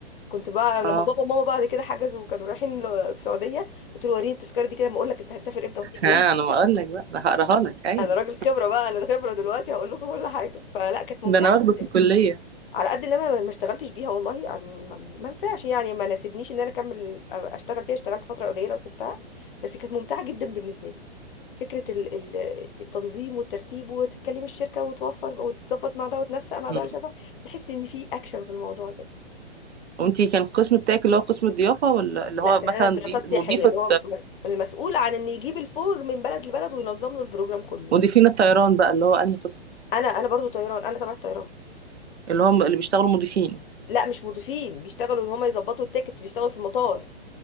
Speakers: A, on the left; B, on the right.
A: كنت بقى لما
B: آه.
A: بابا وماما بعد كده حجزوا وكانوا رايحين ل- السعوديه قلت له وريني التذكره دي كده ما اقول لك انت هتسافر امتى وهتيجي
B: ها
A: امتى
B: انا بقول لك بقى انا هقراها لك ايوه
A: انا راجل خبره بقى انا خبره دلوقتي هقول لكم كل حاجه فلا كانت ممتعه
B: ده انا واخده
A: جدا
B: في الكليه
A: على قد ان انا ما اشتغلتش بيها والله عن- ما ما ينفعش يعني ما ناسبنيش ان انا اكمل اشتغل فيها اشتغلت فتره قليله وسبتها بس كانت ممتعه جدا بالنسبه لي فكره ال- ال- التنظيم والترتيب وتتكلم الشركه وتوفر وتظبط مع ده وتنسق مع
B: مم.
A: ده مش عارفه تحس ان في اكشن في الموضوع كده
B: وانتي كان القسم بتاعك اللي هو قسم الضيافه ولا اللي
A: لا
B: هو
A: كان
B: مثلا
A: انا دراسات
B: دي مضيفه
A: سياحيه اللي هو مس- المسؤول عن ان يجيب الفوج من بلد لبلد وينظم له البروجرام كله
B: مضيفين الطيران بقى اللي هو انهي قسم
A: انا انا برضو طيران انا تبع الطيران
B: اللي هم اللي بيشتغلوا مضيفين
A: لا مش مضيفين بيشتغلوا ان هم يظبطوا التيكتس بيشتغلوا في المطار